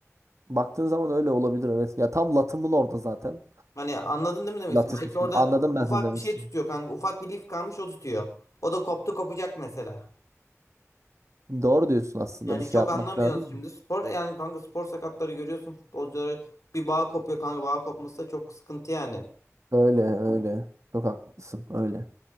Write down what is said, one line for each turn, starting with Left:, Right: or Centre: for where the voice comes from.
Right: Baktığın zaman öyle olabilir evet. Ya tam latımın orada zaten.
Left: Hani anladın değil mi demek
Right: Latismusun.
Left: istiyorum Belki orada
Right: Anladım ben
Left: ufak
Right: seni demek
Left: bir şey
Right: istedim.
Left: tutuyor kanka ufak bir lif kalmış o tutuyor. O da koptu kopacak mesela.
Right: Doğru diyorsun aslında
Left: Yani
Right: bir şey
Left: çok
Right: yapmak
Left: anlamıyoruz
Right: lazım.
Left: şimdi spor yani kanka spor sakatları görüyorsun futbolcuları bir bağ kopuyor kanka bağ kopması da çok sıkıntı yani.
Right: Öyle öyle. Çok haklısın öyle.